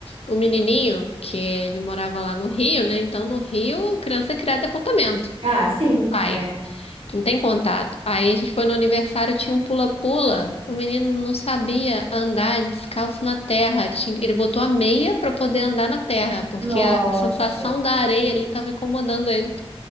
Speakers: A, on the left; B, on the right.
A: o menininho que ele morava lá no Rio, né? Então no Rio, criança é criada em apartamento.
B: Ah, sim,
A: Ai,
B: é.
A: não tem contato. Aí a gente foi no aniversário, tinha um pula-pula. O menino não sabia andar descalço na terra. Ele, tinha- ele botou a meia para poder andar na terra, porque
B: Nossa,
A: a, a sensação da areia ali estava incomodando ele.